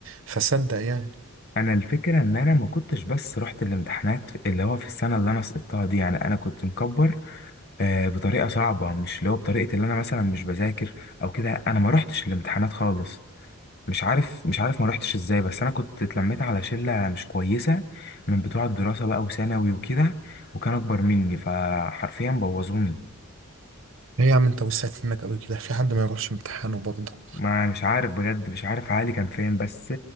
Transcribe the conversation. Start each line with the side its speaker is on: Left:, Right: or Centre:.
Right: فصدق يعني
Left: أنا الفكرة إن أنا ما كنتش بس رحت الامتحانات اللي هو في السنة اللي أنا سقطتها دي يعني أنا كنت مكبر آه، بطريقه صعبه مش اللي هو بطريقه اللي انا مثلا مش بذاكر او كده انا ما روحتش الامتحانات خالص مش عارف مش عارف ما روحتش ازاي بس انا كنت اتلميت على شله مش كويسه من بتوع الدراسه بقى وثانوي وكده وكان اكبر مني فحرفيا بوظوني
Right: ايه يا عم انت وسعت منك قوي كده في حد ما يروحش امتحانه برضه
Left: ما مش عارف بجد مش عارف عقلي كان فين بس